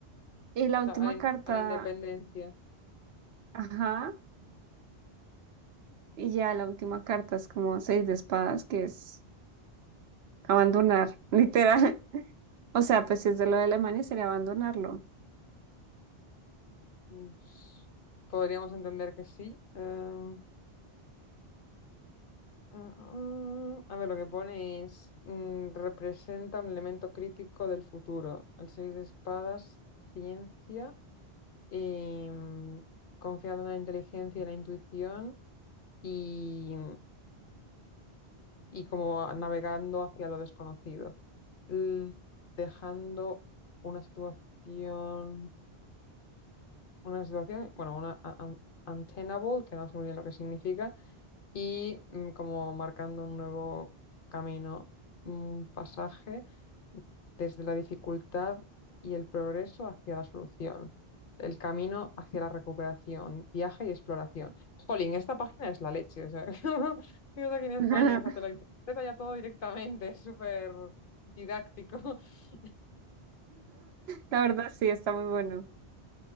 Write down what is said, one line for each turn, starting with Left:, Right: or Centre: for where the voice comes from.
Right: Y la última
Left: la- a la, in-
Right: carta,
Left: a la independencia.
Right: ajá, y ya la última carta es como seis de espadas, que es abandonar, <laughs> literal. O sea, pues si es de lo de Alemania sería abandonarlo.
Left: Mm, s- Podríamos entender que sí. Em, ah, ah, a ver, lo que pone es, mm, representa un elemento crítico del futuro. El seis de espadas, ciencia. em, confiando en la inteligencia y la intuición y, y como navegando hacia lo desconocido, L- dejando una situación, una situación, bueno, una a- un- untenable, que no sé muy bien lo que significa, y mm, como marcando un nuevo camino, un pasaje desde la dificultad y el progreso hacia la solución, el camino hacia la recuperación, viaje y exploración. Jolín, esta página es la leche, o sea, <laughs> digo, aquí en España,
Right: <laughs>
Left: o sea, te lo interpreta ya todo directamente, es súper didáctico. <laughs>
Right: La verdad sí, está muy bueno.